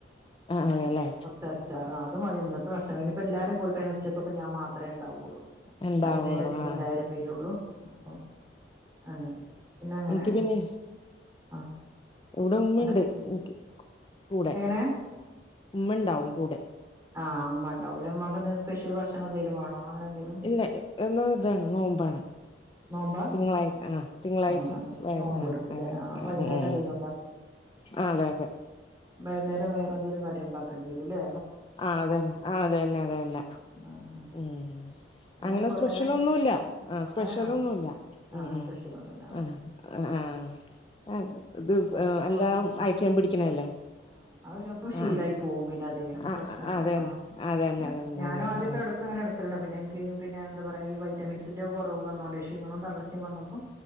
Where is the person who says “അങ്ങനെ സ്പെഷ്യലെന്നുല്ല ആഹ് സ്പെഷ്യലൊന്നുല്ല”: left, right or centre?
Left